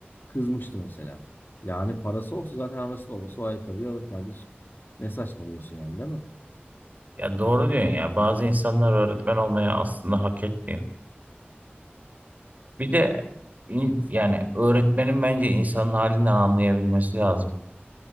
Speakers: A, on the left; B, on the right.
A: kızmıştı mesela. Yani parası olsa zaten anası babası o ayakkabıyı alır kardeşim. Ne saçmalıyorsun yani değil mi?
B: Ya doğru diyorsun ya. Bazı insanlar öğretmen olmayı aslında hak etmiyor. Bir de in- yani öğretmenin bence insanın halinden anlayabilmesi lazım.